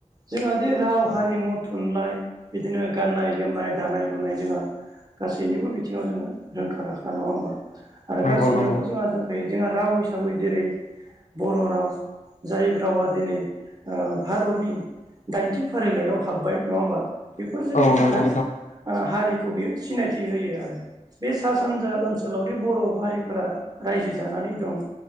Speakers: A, on the right; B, on the left.
A: जोंहा बे राव, हारिमु, थुनलाइ बिदिनो गाननाय जोमनाय दानाय लुनाय जोंहा गासैनिबो बिथिङाव जोङो रोंखा राखा नङा होमबा। आरो
B: नंगौ
A: गासैआबो
B: नोंथां
A: जोंहा दंखायो जोंहा राव हिसाबै जेरै बर' राव जाय रावा दिनै ओ भारतनि दाइनथि फारिलाइयाव हाब्बाय नङा होमबा बेफोर जोंनि
B: नंगौ
A: थाखाय
B: नंगौ
A: हारिखौ बियो सिनायथि होयो आरो। बे सा सानजा ओनसोलावदि बर' हारिफोरा रायजो जानानै दं।